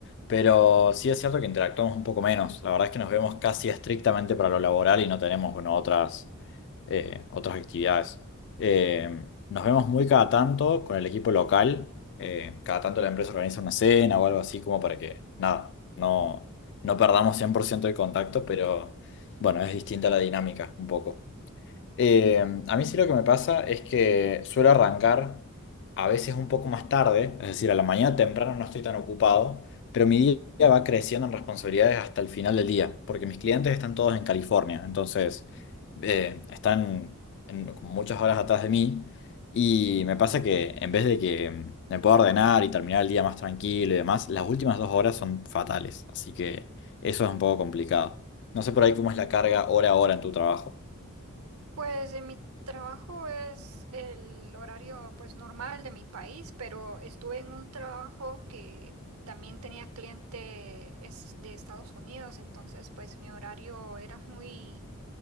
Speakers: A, on the left; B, on the right.
A: Pero sí es cierto que interactuamos un poco menos, la verdad es que nos vemos casi estrictamente para lo laboral y no tenemos, bueno, otras, eh, otras actividades. Eh, nos vemos muy cada tanto con el equipo local eh, cada tanto la empresa organiza una cena o algo así como para que, nada, no, no perdamos 100% el contacto, pero bueno, es distinta la dinámica un poco. Eh, a mí sí lo que me pasa es que suelo arrancar a veces un poco más tarde, es decir, a la mañana temprano no estoy tan ocupado, pero mi día va creciendo en responsabilidades hasta el final del día, porque mis clientes están todos en California, entonces eh, están en- como muchas horas atrás de mí y me pasa que en vez de que mm, me pueda ordenar y terminar el día más tranquilo y demás, las últimas dos horas son fatales, así que eso es un poco complicado. No sé por ahí cómo es la carga hora a hora en tu trabajo.
B: Pues en mi trabajo es el horario pues normal de mi país, pero estuve en un trabajo que también tenía cliente es de Estados Unidos, entonces pues mi horario era muy